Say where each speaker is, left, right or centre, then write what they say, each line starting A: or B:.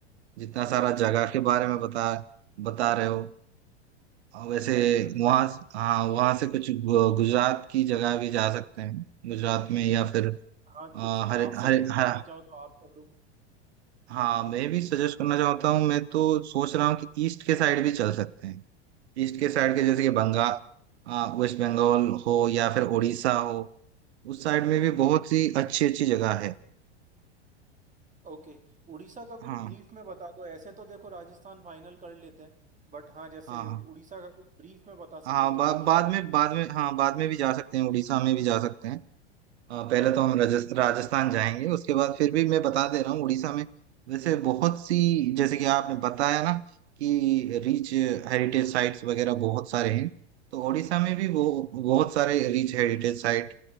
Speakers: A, on the right; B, on the right.
A: जितना
B: आराम
A: सारा
B: से
A: जगह
B: आराम
A: के बारे में बता बता रहे हो और वैसे
B: Right brother
A: वहाँ हाँ वहाँ से कुछ गु- गुजरात की जगह भी जा सकते हैं गुजरात में या फिर
B: हाँ
A: अ,
B: कुछ
A: हर
B: आप सजेस्ट
A: हर हर
B: करना चाहो तो आप कर दो
A: हाँ मैं भी सजेस्ट करना चाहता हूँ मैं तो सोच रहा हूँ कि ईस्ट के साइड भी चल सकते हैं ईस्ट के साइड के
B: ओके
A: जैसे कि बंगाल आ, वेस्ट बंगाल हो या फिर उड़ीसा हो उस साइड में
B: ओके
A: भी बहुत सी अच्छी अच्छी जगह है
B: ओके उड़ीसा का
A: हाँ
B: कुछ ब्रीफ में बता दो ऐसे तो देखो राजस्थान फाइनल कर लेते हैं बट हाँ जैसे
A: हाँ हाँ
B: उड़ीसा का कुछ ब्रीफ में बता
A: हाँ
B: सको तो
A: बा,
B: वो बता
A: बाद
B: दो
A: में बाद में हाँ बाद में भी जा सकते हैं उड़ीसा में भी जा सकते हैं आ,
B: हाँ
A: पहले तो हम राजस्थ- राजस्थान जाएंगे उसके बाद फिर भी मैं बता दे रहा हूँ उड़ीसा में वैसे बहुत सी जैसे कि आपने बताया ना कि रिच हेरिटेज साइट्स वगैरह बहुत सारे हैं तो उड़ीसा में
B: हम्म
A: भी
B: हम्म,
A: वो बहुत सारे रिच हेरिटेज साइट